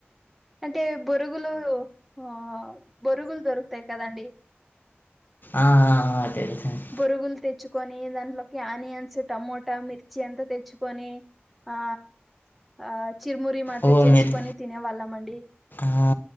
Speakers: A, in the centre; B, on the left.
A: అంటే బొరుగులు ఆ బొరుగులు దొరుకుతాయి కదండి.
B: ఆ ఆ ఆ తెలుసండి.
A: బొరుగులు తెచ్చుకొని దాంట్లోకి ఆనియన్స్, టమోటా, మిర్చి అంతా తెచ్చుకొని. ఆ ఆ చిరుమురి మాదిరి
B: ఓ
A: చేసుకొని
B: మీరు
A: తినేవాళ్ళం అండి
B: ఆ